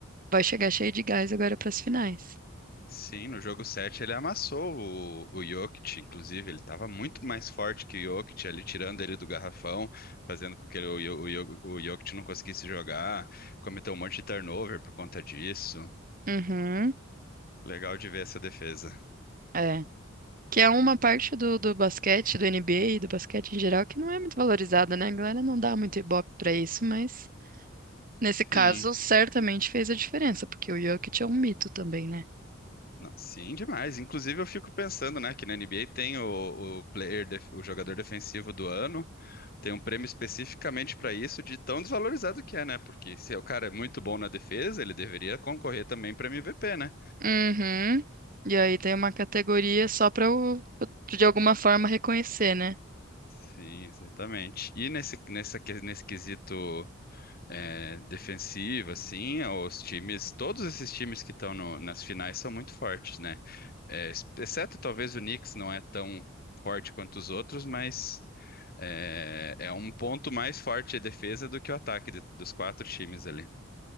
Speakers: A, on the right; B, on the left.
A: vai chegar cheio de gás agora para as finais.
B: Sim, no jogo 7 ele amassou o, o Jokic, inclusive, ele estava muito mais forte que o Jokic ali, tirando ele do garrafão, fazendo com que ele- o, Jo- o, Jo- o Jokic não conseguisse jogar, cometeu um monte de turnover por conta disso.
A: Uhum,
B: Legal de ver essa defesa.
A: é. Que é uma parte do, do basquete, do NBA e do basquete em geral, que não é muito valorizada, né? A galera não dá muito ibope para isso, mas. Nesse caso,
B: Sim,
A: certamente fez a diferença, porque o Jokic é um mito também, né?
B: no- sim, demais. Inclusive eu fico pensando, né, que na NBA tem o, o player, def- o jogador defensivo do ano, tem um prêmio especificamente para isso, de tão desvalorizado que é, né? Porque se o cara é muito bom na defesa, ele deveria concorrer também para MVP, né?
A: Uhum. E aí tem uma categoria só pra eu, de alguma forma, reconhecer, né?
B: Sim, exatamente. E nesse, nessa, que- nesse quesito é, defensivo, assim, os times, todos esses times que estão no- nas finais são muito fortes, né? É, ex- exceto talvez o Knicks não é tão forte quanto os outros, mas é, é um ponto mais forte a defesa do que o ataque de- dos quatro times ali.